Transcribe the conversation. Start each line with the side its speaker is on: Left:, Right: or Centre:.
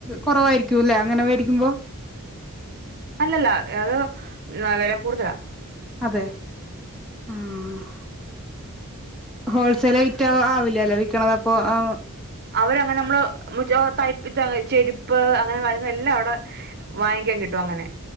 Centre: കുറവായിരിക്കുല്ലേ അങ്ങനെ വേടിക്കുമ്പോ
Right: അല്ലല്ല അത് വില കൂടുതലാ
Centre: അതെ ഉം ഹോൾസെൽ ആയിട്ട് ആവില്ലല്ല വി ണത് അപ്പൊ ആ
Right: അവരങ്ങനെ നമ്മള് മചോ തൈപ്പ് <unintelligible> ചെരുപ്പ് അങ്ങനെ കാര്യങ്ങള എല്ലാം അവിടെ വാങ്ങിക്കാൻ കിട്ടും അങ്ങനെ